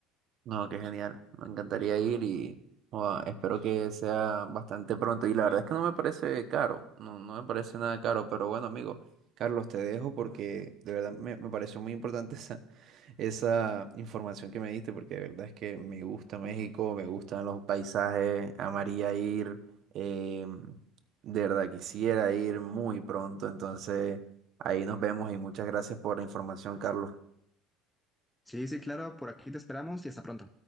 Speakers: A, on the right; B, in the centre.
A: No, qué genial. Me encantaría ir y joda, espero que sea bastante pronto. Y la verdad es que no me parece caro, no, no me parece nada caro, pero bueno, amigo, Carlos, te dejo porque de verdad me, me pareció muy importante <laughs> esa, esa información que me diste, porque de verdad es que me gusta México, me gustan los paisajes, amaría ir, eh, de verdad quisiera ir muy pronto, entonces ahí nos vemos y muchas gracias por la información, Carlos.
B: Sí, sí, claro, por aquí te esperamos y hasta pronto.